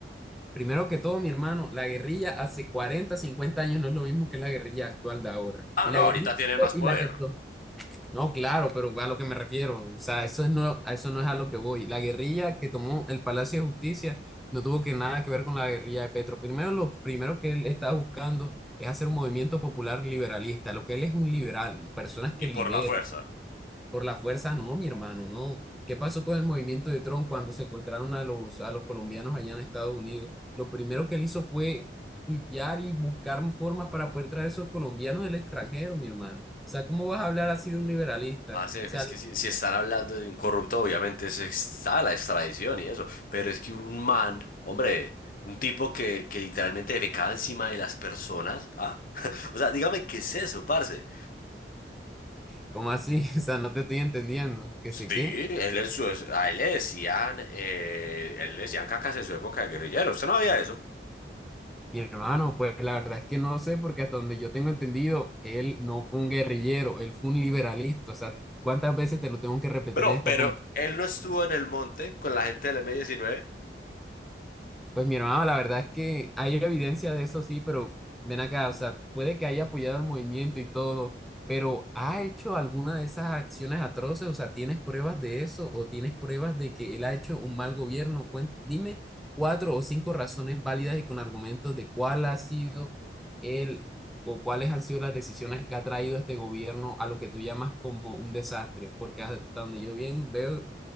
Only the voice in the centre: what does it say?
Primero que todo, mi hermano, la guerrilla hace 40, 50 años no es lo mismo que la guerrilla actual de ahora.
Y
la
guerrilla
y
la que No, claro, pero a lo que me refiero, o sea, eso es no, a eso no es a lo que voy. La guerrilla que tomó el Palacio de Justicia no tuvo que nada que ver con la guerrilla de Petro. Primero, lo primero que él está buscando es hacer un movimiento popular liberalista. Lo que él es un liberal, personas que
liberan.
Por la fuerza, no, mi hermano, no. ¿Qué pasó con el movimiento de Trump cuando secuestraron a los, a los colombianos allá en Estados Unidos? Lo primero que él hizo fue tuitear y buscar formas para poder traer esos colombianos del extranjero, mi hermano. O sea, ¿cómo vas a hablar así de un liberalista?
O sea,
¿cómo así? <laughs> O sea, no te estoy entendiendo. ¿Qué
sé qué?
Mi hermano, pues la verdad es que no lo sé porque hasta donde yo tengo entendido, él no fue un guerrillero, él fue un liberalista. O sea, ¿cuántas veces te lo tengo que repetir
en esta
conversación?
Pues mi hermano, la verdad es que hay evidencia de eso, sí, pero ven acá, o sea, puede que haya apoyado el movimiento y todo, pero ¿ha hecho alguna de esas acciones atroces? O sea, ¿tienes pruebas de eso o tienes pruebas de que él ha hecho un mal gobierno? Cuen- dime cuatro o cinco razones válidas y con argumentos de cuál ha sido él o cuáles han sido las decisiones que ha traído este gobierno a lo que tú llamas como un desastre, porque hasta donde yo bien veo,